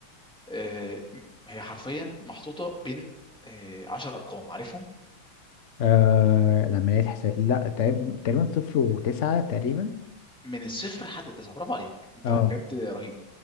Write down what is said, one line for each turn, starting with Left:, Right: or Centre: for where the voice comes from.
Centre: اه هي حرفيا محطوطه بين اه 10 ارقام عارفهم
Left: آه العمليات حساب لا تقريبا تقريباً صفر وتسعة تقريبا
Centre: من الصفر لحد التسعه برافو عليك انت
Left: أه
Centre: بجد رهيب